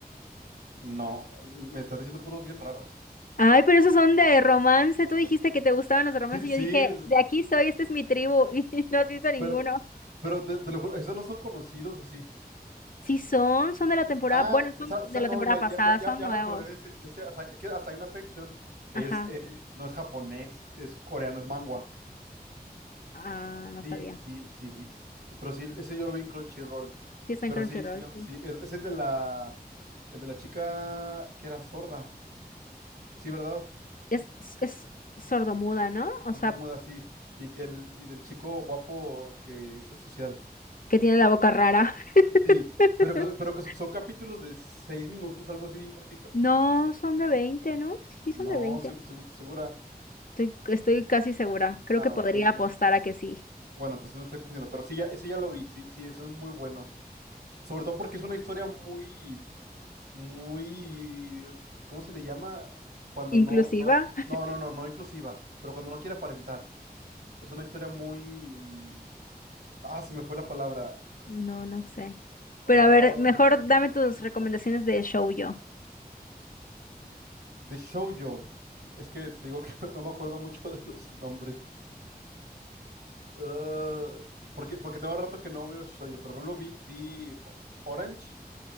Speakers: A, on the right; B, on the left.
A: no, mm, me estás diciendo puros bien raros.
B: Ay, pero esos son de romance. Tú dijiste que te gustaban los romances.
A: Sí, sí,
B: Yo dije,
A: es-
B: de aquí soy, esta es mi tribu. <laughs> Y no has visto ninguno.
A: pero, pero te, te lo juro, esos no son conocidos o sí.
B: Sí son, son de la temporada,
A: Ah,
B: bueno, son
A: sa- sa-
B: de la
A: no,
B: temporada
A: ya,
B: pasada,
A: ya, ya, ya
B: son
A: ya
B: nuevos.
A: me acordé de ese, de ese Asa- es que Asign Affection es,
B: Ajá.
A: es- no es japonés, es coreano, es manhwa.
B: Ah, no
A: Sí,
B: sabía.
A: sí, sí, sí. Pero sí, ese yo lo vi en Crunchyroll.
B: Sí está
A: Pero
B: en Crunchyroll,
A: sí, sí,
B: sí.
A: sí, es, es el de la, el de la chica que era sorda. Sí, ¿verdad?
B: Es, es, es sordomuda, ¿no? O
A: Sordomuda,
B: sea,
A: sí. Y que el, y del chico guapo que es social.
B: que tiene la boca rara.
A: Sí,
B: <laughs>
A: pero que, pero que son capítulos de seis minutos, algo así bien cortitos.
B: No, son de 20, ¿no? Sí,
A: No,
B: son de 20.
A: se- segu- segura.
B: Estoy, estoy casi segura. Creo
A: Ah,
B: que podría
A: no, no,
B: apostar
A: no.
B: a que sí.
A: Bueno, entonces no estoy confundiendo, pero sí, ya, ese ya lo vi, sí, sí, eso es muy bueno. Sobre todo porque es una historia muy, muy, ¿cómo se le llama? Cuando
B: ¿Inclusiva?
A: no, no,
B: <laughs>
A: no, no, no, no inclusiva, pero cuando no quiere aparentar. Es una historia muy, mm, ah, se me fue la palabra,
B: No, no sé.
A: ah,
B: Pero a ver, mejor dame tus recomendaciones de shoujo.
A: de shoujo. Es que te digo que <laughs> no, no me acuerdo mucho de los nombres. Ah, porque, porque tengo rato que no veo shoujo, pero por ejemplo vi, vi Orange.